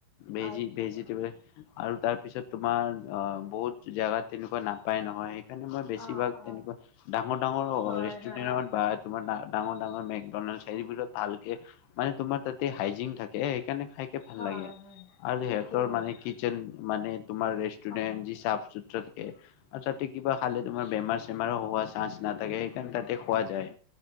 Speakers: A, on the left; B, on the left.
A: ভেজি
B: আচ্ছা
A: ভেজীটোৱে আৰু তাৰ পিছত তোমাৰ অঁ বহুত জোগাত তেনেকুৱা নাপায় নহয়, সেই সেইকাৰণে মই বেছিভাগ
B: অ অ
A: তেনেকুৱা ডাঙৰ ডাঙৰ
B: হয়
A: ৰেষ্টুৰেণ্টত
B: হয়
A: বা তোমাৰ ডাঙৰ ডাঙৰ মেকডনাল্ড চাই বোৰত ভালকে মানে তোমাৰ তাতে হাইজিন থাকে, সেইকাৰণে খাইকে ভাল
B: হয়
A: লাগে
B: হয়
A: আৰু
B: ঠিকে
A: সিহঁতৰ
B: ক'লা
A: মানে কি টচেন মানে তোমাৰ ৰেষ্টুৰেণ্ট
B: অ
A: যি চাফ চুতৰা থাকে। আৰু তাতে কিবা খালে তোমাৰ বেমাৰ চেমাৰ হোৱা চান্স নাথাকে, সেইকাৰণে তাতে খোৱা যায়।